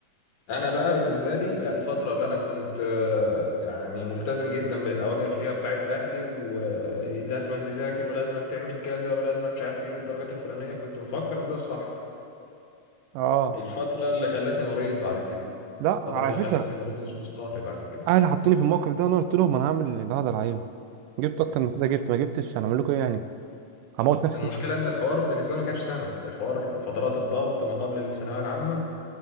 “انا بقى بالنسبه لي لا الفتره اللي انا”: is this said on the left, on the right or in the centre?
Left